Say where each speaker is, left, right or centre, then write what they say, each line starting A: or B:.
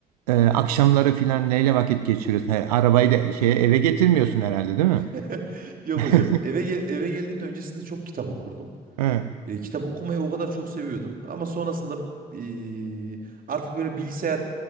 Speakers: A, on the right; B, on the right.
A: E, akşamları filan neyle vakit geçiriyorsun? He, arabayı da şey eve getirmiyorsun herhalde değil mi?
B: <laughs> Yok
A: <laughs>
B: hocam. Eve ge- eve geldiğimde öncesinde çok kitap okurdum.
A: He.
B: E, kitap okumayı o kadar çok seviyordum. Ama sonrasında e, artık böyle bilgisayar,